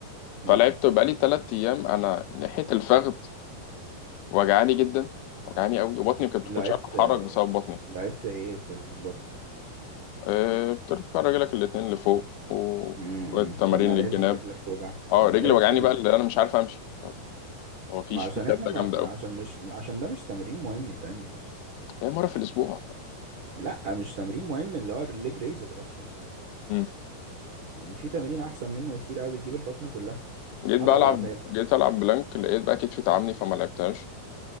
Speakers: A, on the right; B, on the left.
A: امم
B: فلعبت بقالي تلات ايام انا ناحيه الفخذ وجعاني جدا وجعاني قوي وبطني كنت
A: لعبت
B: كنتش عارف اتحرك بسبب بطني
A: لعبت إيه في البطل
B: أه بترفع رجلك الاتنين لفوق وشويه
A: امم
B: تمارين
A: طب ما
B: للجناب
A: لازم رجلك توجعك
B: اه
A: طب ما
B: رجلي وجعاني
A: لازم
B: بقى
A: رجلك
B: اللي انا مش عارف امشي هو فيش
A: ما عشان
B: في شده
A: احنا ما
B: جامده
A: ما
B: قوي
A: عشان مش عشان ده مش تمرين مهم يتعمل اصلا
B: هي مره في الاسبوع فاهم؟
A: لا مش تمرين مهم اللي هو الليج ريزز اصلا
B: مم.
A: يعني في تمرين احسن منه كتير قوي بتجيب البطن كلها
B: جيت
A: هبقى
B: بقى العب
A: ابعتها لك
B: جيت العب بلانك لقيت بقى كتفي تعبني فما لعبتهاش